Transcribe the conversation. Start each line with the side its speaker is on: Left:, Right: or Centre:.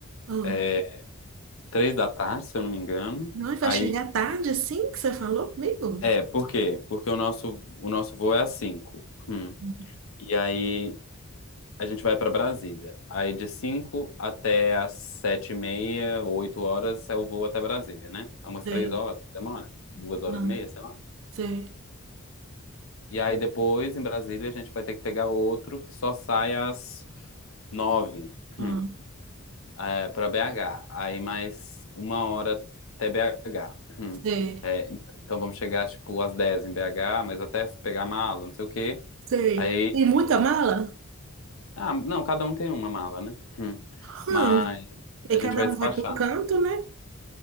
Right: Ah,
Left: é, três da tarde, se eu não me engano.
Right: Não, vai
Left: Aí,
Right: chegar tarde assim que você falou comigo?
Left: é, por quê? Porque o nosso, o nosso voo é às cinco. Hum.
Right: Hum,
Left: E aí a gente vai pra Brasília. Aí de cinco até às sete e meia, oito horas é o voo até Brasília, né? É umas
Right: Sei.
Left: três horas, demora. Duas horas
Right: Não.
Left: e meia, sei lá.
Right: Sei.
Left: E aí depois, em Brasília, a gente vai ter que pegar outro que só sai às nove,
Right: Ah,
Left: hum, é, para BH. Aí mais uma hora até BH. Hum.
Right: Sei.
Left: É, então vamos chegar, tipo, às dez em BH, mas até se pegar mala, não sei o quê.
Right: Sei.
Left: Aí...
Right: Tem muita mala?
Left: Ah, não, cada um tem uma mala, né? Hum.
Right: Hum.
Left: Mas
Right: E
Left: a
Right: cada
Left: gente vai
Right: um
Left: despachar.
Right: vai para um canto, né?